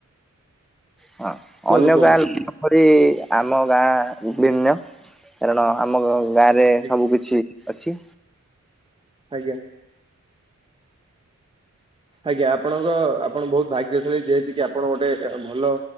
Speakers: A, in the centre; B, on the right.
A: ହଁ
B: କୁହନ୍ତୁ
A: ଅନ୍ୟ
B: କୁହନ୍ତୁ
A: ଗାଁ ଲୋକ ଯେପରି ଆମ ଗାଁ ଭିନ୍ନ କାରଣ ଆମ ଗାଁ ରେ
B: ଆଜ୍ଞା
A: ସବୁ କିଛି ଅଛି।
B: ଆଜ୍ଞା। ଆଜ୍ଞା, ଆପଣଙ୍କ ଆପଣ ବହୁତ ଭାଗ୍ୟଶାଳୀ। ଯେହେତ କିି ଆପଣ ଗୋଟେ ଭଲ